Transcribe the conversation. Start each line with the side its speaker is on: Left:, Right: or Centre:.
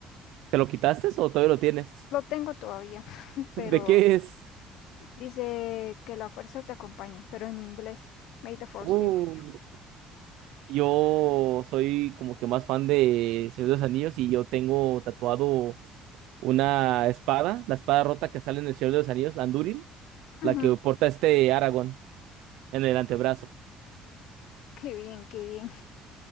Right: ¿Te lo quitaste o todavía lo tienes?
Left: Lo tengo todavía, <laughs>
Right: <laughs>
Left: pero...
Right: ¿De qué es?
Left: Dice que la fuerza te acompañe, pero en inglés. May the force
Right: Uh,
Left: be with you.
Right: yo soy como que más fan de Señor de los Anillos y yo tengo tatuado una espada, la espada rota que sale en el Señor de los Anillos, Andúril,
Left: Ujú.
Right: la que porta este Aragorn en el antebrazo.
Left: Qué bien, qué bien.